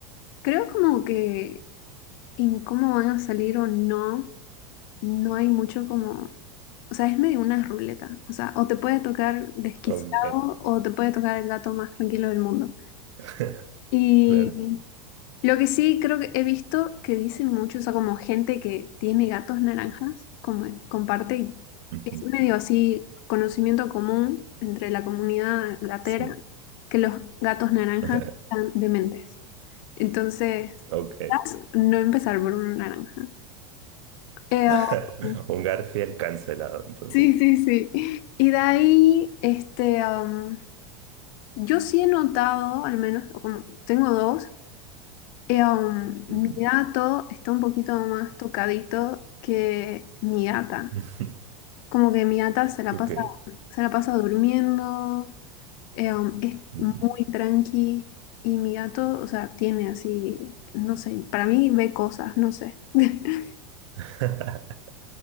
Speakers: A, on the left; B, on the right.
A: creo como que en cómo van a salir o no, no hay mucho como, o sea, es medio una ruleta. O sea, o te puede tocar desquiciado
B: Ok,
A: o te puede tocar el gato más tranquilo del mundo.
B: <laughs>
A: Mm. Y
B: claro.
A: Lo que sí creo que he visto que dicen mucho, o sea, como gente que tiene gatos naranjas, como comparte, y
B: Ujú,
A: es medio así conocimiento común entre la comunidad gatera,
B: Sí.
A: que los gatos naranjas
B: <laughs>
A: están dementes. Entonces,
B: Ok.
A: no empezar por uno naranja. Eh,
B: <laughs>
A: um,
B: Un Garfield cancelado, entonces.
A: sí, sí, sí. Y de ahí, este, um, yo sí he notado, al menos, o como tengo dos, Eh, um,
B: Ujú.
A: mi gato está un poquito más tocadito que mi gata.
B: <laughs>
A: Como que mi gata se la
B: Ok.
A: pasa, se la pasa durmiendo, eh, um, es
B: Ujú.
A: muy tranqui y mi gato, o sea, tiene así, no sé, para mí ve cosas, no sé. <laughs>
B: <laughs>